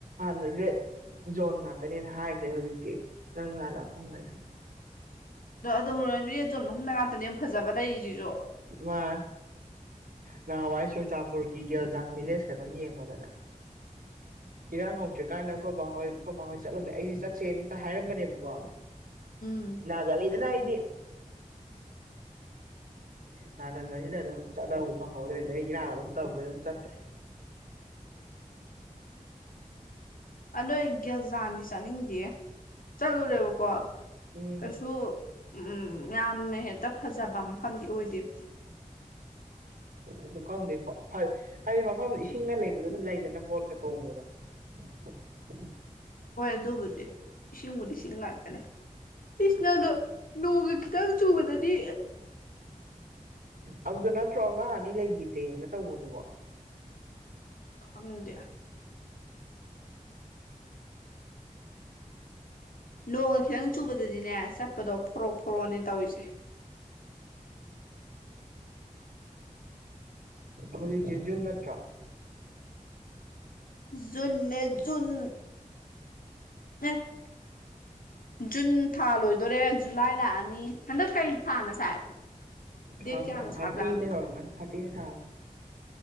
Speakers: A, on the right; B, on the left.
A: ꯔꯦꯗ ꯖꯣꯟ ꯉꯥꯛꯀꯅꯦꯅ ꯍꯥꯏꯈ꯭ꯔꯦ ꯍꯧꯖꯤꯛꯇꯤ ꯆꯪꯕ ꯌꯥꯗ ꯐꯐꯝꯁꯦ
B: ꯑꯗꯣ ꯑꯗꯨ ꯔꯖꯣꯟ ꯃꯐꯝꯗ ꯉꯥꯛꯇꯅꯦ ꯌꯥꯝ ꯐꯖꯕ ꯂꯩꯔꯤꯁꯤꯁꯨ
A: ꯋꯥ ꯅꯍꯥꯟꯋꯥꯏ ꯆꯨꯔꯆꯥꯟꯄꯨꯔꯒꯤ ꯒꯦꯜꯖꯥꯡ ꯚꯤꯂꯦꯖ ꯈꯛꯇꯪ ꯌꯦꯡꯉꯣꯗꯅ ꯏꯔꯥꯡ ꯍꯧꯗ꯭ꯔꯤꯀꯥꯟꯗ ꯑꯩꯣ ꯕꯥꯍꯣꯏ ꯀꯣꯏ ꯕꯥꯍꯣꯏ ꯆꯠꯂꯝꯣꯅꯦ ꯑꯩꯁꯦ ꯆꯠꯁꯦꯅꯇ ꯍꯥꯏꯔꯝꯕꯅꯦꯕꯀꯣ
B: ꯎꯝ
A: ꯒꯥ ꯂꯩꯗꯅ ꯍꯥꯏꯗꯤ ꯅꯥꯀꯟꯕꯁꯤꯗ ꯑꯗꯨꯝ ꯆꯠꯕꯨ ꯐꯪꯍꯧꯗ꯭ꯔꯦ ꯑꯩ ꯏꯔꯥꯡ ꯑꯗꯨꯝ ꯇꯧꯈ꯭ꯔꯦ ꯑꯗꯨꯝ ꯆꯠꯇ꯭ꯔꯦ
B: ꯑ ꯅꯣꯏ ꯒ꯭ꯌꯥꯖꯥꯟꯗꯤ ꯆꯥꯅꯤꯡꯗꯦ ꯆꯠꯂꯨꯔꯦꯕꯀꯣ
A: ꯎꯝ
B: ꯀꯩꯁꯨ ꯎꯝꯝ ꯌꯥꯝꯅ ꯍꯦꯛꯇ ꯐꯖꯕ ꯃꯐꯝꯗꯤ ꯑꯣꯏꯗꯦꯕ
A: ꯑꯗꯨ ꯈꯪꯗꯦ ꯐ ꯍꯥꯏꯗꯤ ꯃꯐꯝꯗ ꯏꯁꯤꯡꯒ ꯂꯩꯕꯗꯨ ꯑꯗꯨ ꯂꯩꯗꯅ ꯕꯣꯠꯀ ꯇꯣꯡꯕꯗꯣ <unintelligible>
B: ꯍꯣꯏ ꯑꯗꯨꯕꯨꯗꯤ ꯏꯁꯤꯡꯕꯨꯨꯗꯤꯁꯤꯡ ꯉꯥꯛꯇꯅꯦ ꯏꯁꯅꯅ ꯅꯣꯡꯒ ꯈꯤꯇꯪ ꯆꯨꯕꯗꯅꯤ
A: ꯑꯗꯨꯗ ꯅꯠꯇ꯭ꯔꯣ ꯑꯉꯥꯡ ꯑꯅꯤ ꯂꯩꯈꯤꯗ꯭ꯔꯦꯅ ꯇꯧꯕꯗꯨꯕ
B: ꯈꯝꯗꯌꯥ ꯅꯣꯡꯒ ꯈꯤꯇꯪ ꯆꯨꯕꯗꯗꯤꯅꯦ ꯆꯠꯄꯗꯣ ꯐꯣꯔꯛ ꯐꯣꯔꯛꯑꯣꯅꯦ ꯇꯧꯔꯤꯁꯦ
A: ꯍꯣꯂꯤꯖꯦꯖꯨꯟ ꯅꯠꯇ꯭ꯔꯥ
B: ꯖꯨꯟꯅꯖꯟ ꯑ <unintelligible> <inaudible> ꯖꯨꯟ ꯊꯥ ꯂꯣꯏꯗꯣꯔꯦ ꯖꯨꯂꯥꯏ ꯂꯥꯛꯑꯅꯤ ꯍꯟꯗꯛ ꯀꯩ ꯊꯥꯅ ꯁꯥꯏ ꯗꯦꯠ
A: ꯈꯪꯗ
B: ꯀꯌꯥꯅ
A: ꯊꯥꯔꯇ
B: ꯁꯥꯕꯖꯥꯠꯅꯣ
A: ꯊꯔꯇ ꯁ